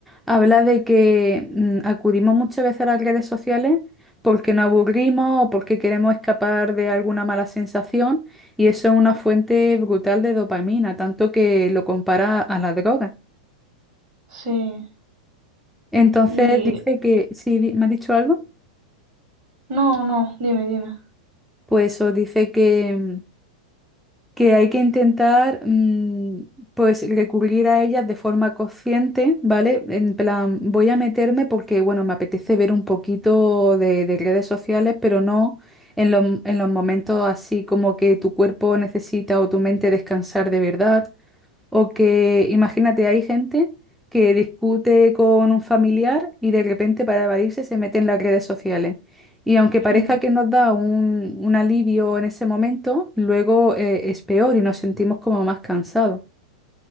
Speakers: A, in the centre; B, on the right.
A: habla de que mm, acudimos muchas veces a las redes sociales porque nos aburrimos o porque queremos escapar de alguna mala sensación y eso es una fuente brutal de dopamina, tanto que lo compara a la droga.
B: sí.
A: Entonces
B: Y...
A: dice que, si me ha dicho algo,
B: No, no, dime, dime.
A: pues eso dice que... mm, que hay que intentar mm, pues recurrir a ellas de forma consciente, ¿vale? En plan, voy a meterme porque, bueno, me apetece ver un poquito de, de redes sociales, pero no en los, en los momentos así como que tu cuerpo necesita o tu mente descansar de verdad. O que imagínate, hay gente que discute con un familiar y de repente para evadirse se mete en las redes sociales. Y aunque parezca
B: Hmm.
A: que nos da un, un alivio en ese momento, luego eh, es peor y nos sentimos como más cansados.